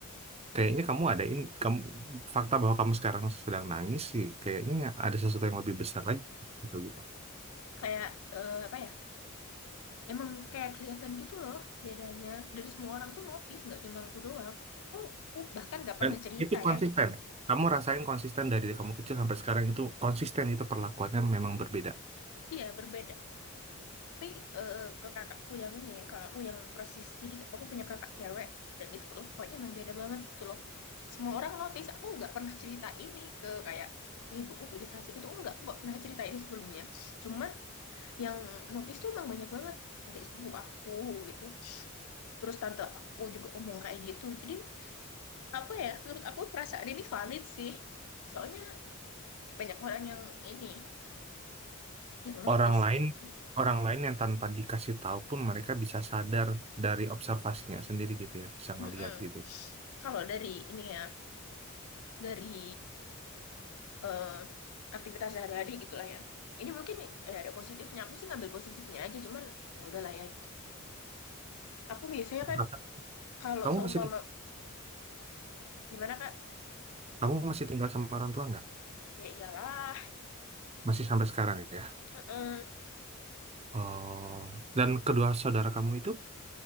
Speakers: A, on the right; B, on the left.
A: kayaknya kamu ada ini, kamu fakta bahwa kamu sekarang sedang nangis sih, kayaknya ada sesuatu yang lebih besar lagi gitu gitu.
B: kayak eh, apa ya emang kayak kelihatan gitu loh bedanya dan semua orang tuh notice nggak cuma aku doang aku, aku bahkan nggak pernah
A: Dan
B: cerita
A: itu konsisten.
B: ya
A: Kamu rasain konsisten dari kamu kecil sampai sekarang itu konsisten itu perlakuannya memang berbeda.
B: iya berbeda tapi eh, ke kakakku yang ini ya kakakku yang persis jadi aku punya kakak cewek dan itu perlakuannya emang beda banget gitu loh semua orang notice aku nggak pernah cerita ini ke kayak eh ibuku pilih kasih gitu enggak aku nggak pernah cerita ini sebelumnya cuman yang notice tuh emang banyak banget dari sepupu aku gitu terus tante aku juga ngomong kayak gitu jadi apa ya menurut aku perasaan ini valid sih soalnya banyak orang yang ini yang notice
A: orang lain
B: gitu
A: orang lain yang tanpa dikasih tahu pun mereka bisa sadar dari observasinya sendiri gitu ya bisa ngelihat
B: Mm-mm.
A: gitu ya.
B: Kalau dari ini ya, dari eh, aktivitas sehari-hari gitulah ya. Ini mungkin ya ada positifnya. Aku sih ngambil positifnya aja, cuman ya udahlah ya gitu. Aku biasanya kan
A: Berapa-
B: kalau
A: kamu
B: seumpama
A: masih tinggal
B: gimana Kak?
A: kamu masih tinggal sama orang tua nggak
B: Ya iyalah.
A: masih sampai sekarang ya
B: Heeh.
A: oh dan kedua saudara kamu itu